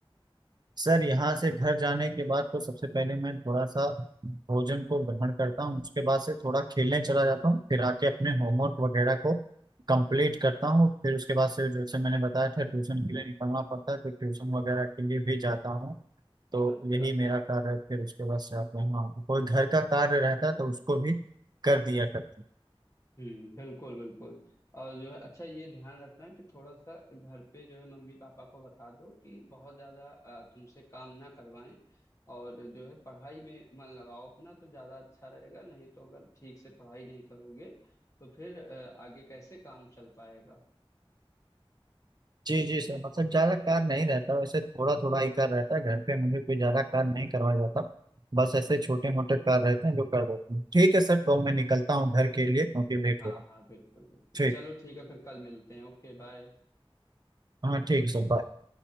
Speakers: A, on the right; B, on the left.
A: सर यहाँ से घर जाने के बाद तो सबसे पहले मैं थोड़ा सा भोजन को ग्रहण करता हूँ उसके बाद से थोड़ा खेलने चला जाता हूँ फिर आके अपने होमवर्क वगैरह को कंप्लीट करता हूँ फिर उसके बाद से जैसे मैंने बताया था ट्यूशन के लिए निकलना पड़ता है तो ट्यूशन वगैरह के लिए भी जाता हूँ तो
B: अच्छा
A: यही
B: अच्छा
A: मेरा कार्य है फिर उसके बाद से आता हूँ हाँ, कोई घर का कार्य रहता है तो उसको भी कर दिया करता हूँ
B: हम्म बिल्कुल बिल्कुल और जो है अच्छा ये ध्यान रखना कि थोड़ा सा घर पे जो है मम्मी पापा को बता दो कि बहुत ज्यादा अ, तुमसे काम ना करवाएं और जो है पढ़ाई में मन लगाओ अपना तो ज्यादा अच्छा रहेगा नहीं तो अगर ठीक से पढ़ाई नहीं करोगे तो फिर अ, आगे कैसे काम चल पाएगा
A: जी जी सर मतलब ज्यादा कार नहीं रहता वैसे थोड़ा थोड़ा ही कार रहता है घर पे मुझे कोई ज्यादा कार नहीं करवाया जाता बस ऐसे छोटे मोटे कार रहते हैं जो कर देते हैं ठीक है सर
B: बिल्कुल
A: तो मैं निकलता हूँ घर के लिए क्योंकि लेट
B: हाँ
A: हो रहा हूँ
B: हाँ बिल्कुल बिल्कुल
A: ठीक
B: चलो ठीक है फिर कल मिलते हैं Okay bye
A: हाँ ठीक है सर बाय